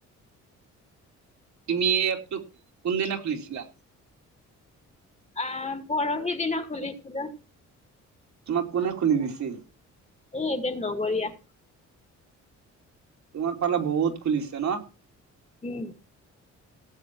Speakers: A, on the right (about 65°); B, on the left (about 20°).
A: তুমি এই এপটো কোনদিনা খুলিছিলা?
B: আ, পৰহি দিনা খুলিছিলোঁ।
A: তোমাক কোনে খুলি দিছিল?
B: এ এজন লগৰীয়া।
A: তোমাৰ পাৰা বহুত খুলিছে ন?
B: উম,